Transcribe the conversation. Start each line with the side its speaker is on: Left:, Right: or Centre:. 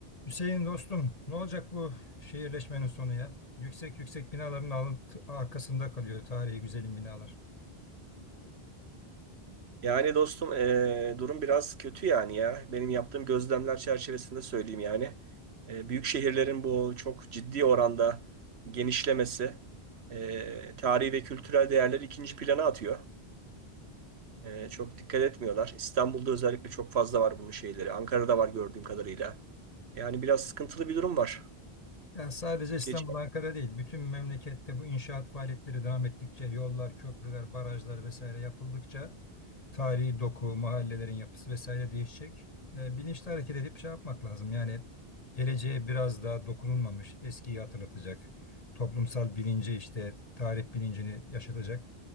Left: Hüseyin dostum, ne olacak bu şehirleşmenin sonu ya? Yüksek yüksek binaların alt- arkasında kalıyor tarihi güzelim binalar.
Right: Yani dostum eee, durum biraz kötü yani ya. Benim yaptığım gözlemler çerçevesinde söyleyeyim yani. Eee, büyük şehirlerin bu çok ciddi oranda genişlemesi eee tarihi ve kültürel değerleri ikinci plana atıyor. Eee, çok dikkat etmiyorlar. İstanbul'da özellikle çok fazla var bunun şeyleri. Ankara'da var gördüğüm kadarıyla. Yani biraz sıkıntılı bir durum var.
Left: Ya sadece İstanbul,
Right: Geç,
Left: Ankara değil, bütün memlekette bu inşaat faaliyetleri devam ettikçe, yollar, köprüler, barajlar vesaire yapıldıkça tarihi doku, mahallelerin yapısı vesaire değişecek. E, bilinçli hareket edip şey yapmak lazım. Yani geleceğe biraz daha dokunulmamış, eskiyi hatırlatacak, toplumsal bilinci işte tarih bilincini yaşatacak